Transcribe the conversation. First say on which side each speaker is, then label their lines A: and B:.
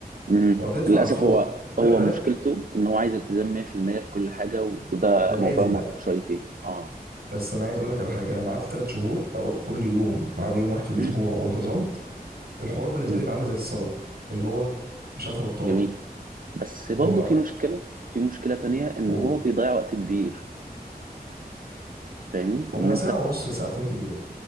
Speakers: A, on the right; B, on the right.
A: امم
B: وهتدفع
A: للأسف
B: على الفاضي
A: هو
B: وخلي
A: هو
B: بالك
A: مشكلته إن هو عايز التزام 100% في المية في كل حاجة وده
B: ده
A: موضوع
B: لازم
A: مرهق
B: بقى
A: شويتين اه
B: بس انا عايز اقول لك على حاجه انا قعدت ثلاث شهور اروح كل يوم ما عدا يوم واحد في الاسبوع
A: <clears throat>
B: وانتظمت الحوار بالنسبه
A: مم.
B: لي بقى عامل زي الصلاه اللي هو مش عارف ابطله
A: جميل بس برضه
B: هو
A: في مشكلة في مشكلة تانية إن
B: قول
A: هو بيضيع وقت كبير فاهمني؟
B: هما
A: إن
B: ساعه ونص لساعتين في اليوم